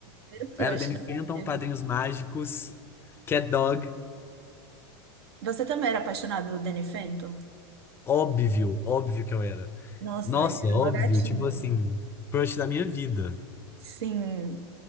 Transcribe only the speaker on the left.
Era Danny
Phantom,
Padrinhos Mágicos, Cat Dog.
Óbvio, óbvio que eu era.
Nossa,
óbvio,
tipo assim, crush da minha vida.